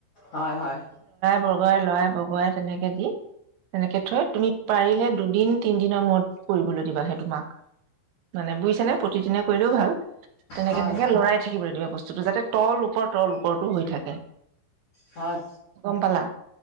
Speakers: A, on the left; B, on the right.
A: হয় হয়।
B: বগৱাই লৰাই বগুৱাই তেনেকে দি তেনেকে থয় তুমি পাৰিলে দুদিন তিনদিনৰ মূৰত কৰিবলৈ দিবা হেটো মাক মানে বুইছা নে প্ৰতিদিনে কৰিলেও ভাল। তেনেকে
A: হয়,
B: তেনেকে লৰাই থাকিবলৈ দিবা বস্তুতটো যাতে তল ওপৰ তল ওপ ওপৰতটো হৈ থাকে।
A: হয়।
B: গম পালা।